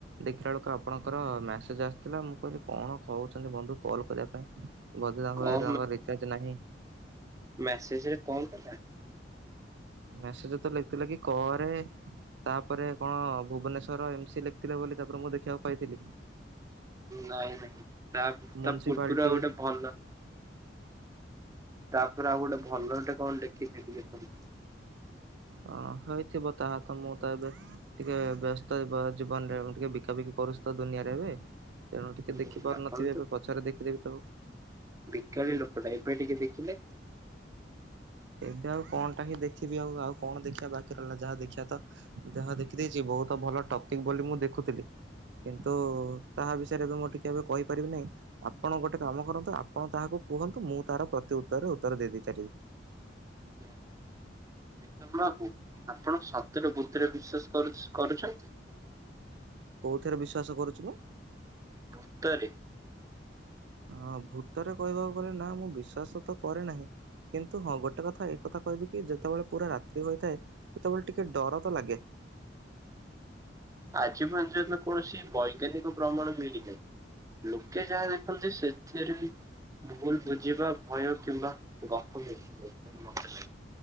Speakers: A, on the right (about 70°); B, on the right (about 20°).
A: ଦେଖିଲା ବେଳକୁ ଆପଣଙ୍କର ମେସେଜ ଆସିଥିଲା ମୁଁ କହିଲି କଣ କହୁଛନ୍ତି ବନ୍ଧୁ କଲ କରିବା ପାଇଁ। ବଦିଲ
B: କଣ
A: ହୁଏ ତାଙ୍କ ରିଚାର୍ଜ ନାହିଁ।
B: ମେସେଜ ରେ କଣଥିଲା?
A: ମେସେଜ ତ ଲେଖିଥିଲେ କି କରେ। ତାପରେ କଣ ଭୁବନେଶ୍ଵର ଏମସି ଲେଖିଥିଲେ ବୋଲି ତାପରେ ମୁଁ ଦେଖିବାକୁ ପାଇଥିଲି।
B: ନାଇଁ ନାଇଁ ତା
A: ମ୍ୟୁନିସିପାଲିଟି
B: ତା ପୂରୁବୁରୁ ଆଉ ଗୋଟେ ଭଲ ତାପରେ ଆଉ ଗୋଟେ ଭଲ ଗୋଟେ କଣ ଲେଖି ଥେବି ଦେଖନ୍ତୁ।
A: ହଁ ହେଇଥିବ ତାହା ତ ମୁଁ ତ ଏବେ ଟିକେ ବ୍ୟସ୍ତ ଜୀବନରେ ମୁଁ ଟିକେ ବିକାବିକି କରୁଛି ତ ଦୁନିଆରେ ଏବେ। ତେଣୁ ଟିକେ
B: ଉଁ
A: ଦେଖି ପାରୁନଥିବି
B: ଆପଣ
A: ଏବେ ପଛରେ ଦେଖିଦେବି ତାକୁ।
B: ବେକାରୀ ଲୋକଟା ଏବେ ଟିକେ ଦେଖିଲେ।
A: ଏବେ ଆଉ କଣଟା ହିଁ ଦେଖିବି ଆଉ ଆଉ କଣ ଦେଖିବା ବାକି ରହିଲା ଯାହା ଦେଖିବା ତ ଦେହ ଦେଖିଦେଇଛି ବହୁତ ଭଲ ଟପିକ ବୋଲି ମୁଁ ଦେଖୁଥିଲି। କିନ୍ତୁ ତାହା ବିଷୟରେ ଏବେ ମୁଁ ଟିକେ ଏବେ କହିପାରିବି ନାହିଁ। ଆପଣ ଗୋଟେ କାମ କରନ୍ତୁ ଆପଣ ତାହାକୁ କୁହନ୍ତୁ ମୁଁ ତାର ପ୍ରତି ଉତ୍ତରରେ ଉତ୍ତର ଦେଇ ଦେଇ ଚାଲିବି।
B: ପ୍ରୀତମ <unintelligible> ବାବୁ ଆପଣ ସତରେ ଭୂତରେ ବିଶ୍ଵାସ କରୁସ କରୁଛନ୍ତି!
A: କୋଉଥିରେ ବିଶ୍ଵାସ କରୁଛି ମୁଁ?
B: ଭୂତରେ।
A: ହଁ ଭୂତରେ କହିବାକୁ ଗଲେ ନା ମୁଁ ବିଶ୍ଵାସ ତ କରେ ନାହିଁ। କିନ୍ତୁ ହଁ ଗୋଟେ କଥା ଏକଥା କହିବି କି ଯେତେବେଳେ ପୁରା ରାତ୍ରି ହୋଇଥାଏ ସେତେବେଳେ ଟିକେ ଡର ତ ଲାଗେ।
B: ଆଜି ପର୍ଯ୍ୟନ୍ତ କୌଣସି ବୈଜ୍ଞାନିକ ପ୍ରମାଣ ମିଳି ନାହିଁ। ଲୋକେ ଯାହା ଦେଖନ୍ତି ସେଥିରେ ଭୁଲ ବୁଝିବା ଭୟ କିମ୍ବା ଗପ ମିଶିଥାଏ।